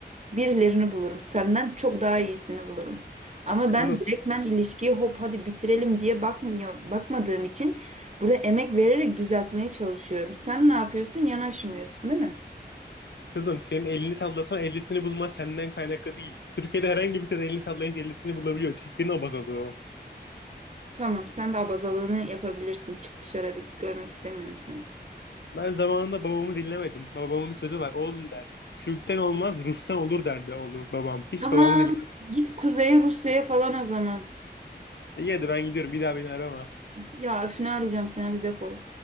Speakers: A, on the right (about 40°); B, on the left (about 75°).
A: birilerini bulurum. Senden çok daha iyisini bulurum. Ama
B: Kızım
A: ben direktmen ilişkiyi hop hadi bitirelim diye bakmıyor, bakmadığım için burada emek vererek düzeltmeye çalışıyorum. Sen ne yapıyorsun? Yanaşmıyorsun, değil mi?
B: kızım senin elini sallasan ellisini bulma senden kaynaklı değil. Türkiye'de herhangi bir kız elini sallayınca ellisini bulabiliyor. Türklerin abazalığı o.
A: Tamam, sen de abazalığını yapabilirsin. Çık dışarı hadi git görmek istemiyorum seni.
B: Ben zamanında babamı dinlemedim. Babamın bir sözü var. Oğlum der. Türk'ten olmaz Rus'tan olur derdi oğlum babam. Hiç
A: Tamam.
B: babamı dinlemedim.
A: Git kuzeye Rusya'ya falan o zaman.
B: İyi hadi ben gidiyorum. Bir daha beni arama.
A: Ya öfünü arayacağım seni hadi defol.